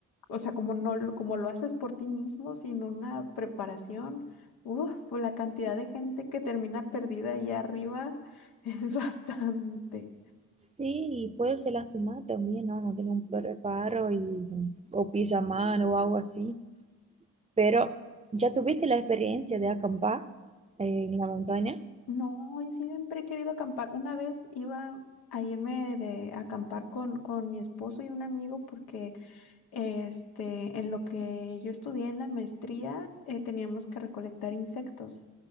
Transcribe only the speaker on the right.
Sí, y puede ser lastimar también, ¿no? No tiene un preparo y, o pisa mano o algo así. Pero, ¿ya tuviste la experiencia de acampar eh, en la montaña?